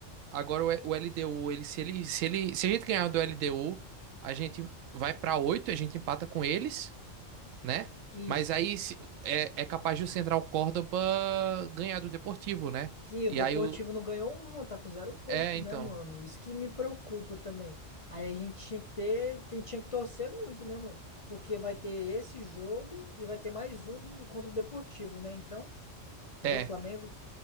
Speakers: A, on the right; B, on the left.
A: agora o E- o LDU, ele se ele se ele se a gente ganhar do LDU, a gente vai pra 8, a gente empata com eles, né?
B: isso.
A: Mas aí se- é, é capaz de o Central Córdoba ganhar do Deportivo, né?
B: Que o
A: E
B: Deportivo
A: aí o
B: não ganhou uma, tá com zero pontos,
A: é, então,
B: né, mano? Isso que me preocupa também. Aí a gente tinha que ter, tem- tinha que torcer muito, né, mano? Porque vai ter esse jogo e vai ter mais um do contra o Deportivo, né? Então, do
A: é,
B: Flamengo.